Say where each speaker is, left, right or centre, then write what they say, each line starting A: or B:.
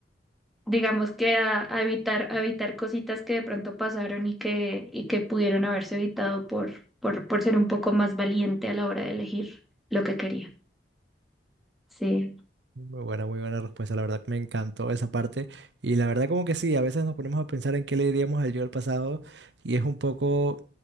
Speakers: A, in the centre; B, on the right.
A: digamos que a, a evitar, a evitar cositas que de pronto pasaron y que, y que pudieron haberse evitado por, por, por ser un poco más valiente a la hora de elegir lo que quería. Sí.
B: Muy buena, muy buena respuesta. La verdad que me encantó esa parte. Y la verdad como que sí, a veces nos ponemos a pensar en qué le diríamos al yo del pasado y es un poco,